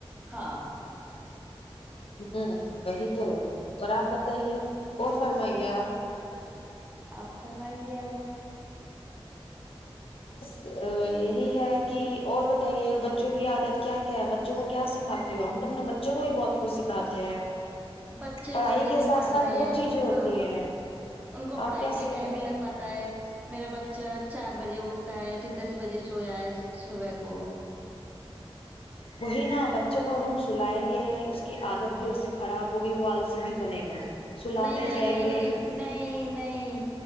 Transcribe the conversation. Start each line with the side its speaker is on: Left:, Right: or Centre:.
Right: ہاں
Left: ہوں وہی تو اور آپ بتائیے اور فرمائیے آپ
Right: آپ فرمائیے اور
Left: ا یہی ہے کہ اور بتائیے بچوں کی عادت کیا کیا ہے بچوں کو کیا سکھاتی ہو ہم تو اپنے بچوں کو بھی بہت کو سکھاتے ہیں
Right: بچے
Left: پڑھائی
Right: تو میرے
Left: کے ساتھ
Right: پڑھ
Left: ساتھ
Right: رہے
Left: بہت
Right: ہیں
Left: چیزیں ہوتی
Right: ہاں
Left: ہیں
Right: ان کو پڑھائی
Left: آپ کیا
Right: سے
Left: سکھا
Right: ہی ٹائم نہیں لگ پاتا ہے میرا بچہ چار بجے اٹھتا ہے پھر دس بجے سو جائے صبح کو
Left: بوہ نا بچوں
Right: تو
Left: کو ا ہم سلائیں گے کہ اس کی عادت بھی ایسے خراب ہوگی وہ آلسی بھی بنے گا سلاتے
Right: نہیں نہیں
Left: جائیں
Right: نہیں
Left: گے
Right: نہیں نہیں نہیں